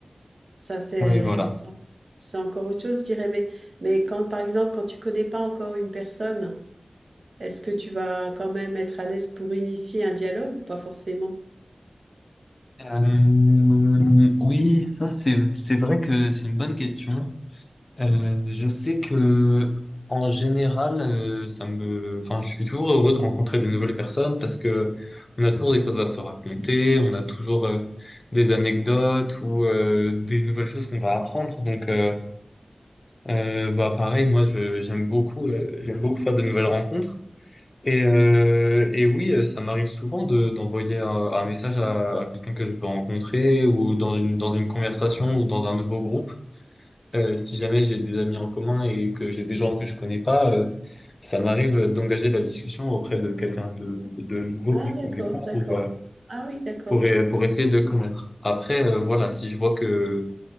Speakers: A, on the right (about 75°); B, on the left (about 50°).
A: Ça, c'est,
B: Oui voilà.
A: c'est c'est encore autre chose, je dirais. Mais, mais quand, par exemple, quand tu connais pas encore une personne, est-ce que tu vas quand même être à l'aise pour initier un dialogue ou pas forcément?
B: Euh, oui ça c'est c'est vrai que c'est une bonne question. Euh, je sais que en général, euh, ça me, enfin, je suis toujours heureux de rencontrer de nouvelles personnes parce que on a toujours des choses à se raconter, on a toujours euh, des anecdotes ou euh, des nouvelles choses qu'on va apprendre. Donc, euh, euh, bah, pareil, moi, je, j'aime beaucoup, euh, j'aime beaucoup faire de nouvelles rencontres. Et, euh, et oui, euh, ça m'arrive souvent de, d'envoyer un, un message à, à quelqu'un que je veux rencontrer ou dans une, dans une conversation ou dans un nouveau groupe. Euh, si jamais j'ai des amis en commun et que j'ai des gens que je connais pas, euh, ça m'arrive d'engager la discussion auprès de quelqu'un de, de nouveau
A: Ah,
B: que je
A: d'accord,
B: connais pas
A: d'accord.
B: pour, euh,
A: Ah oui, d'accord.
B: pour, e- pour essayer de connaître. Après, euh, voilà,
A: Oui,
B: si je vois que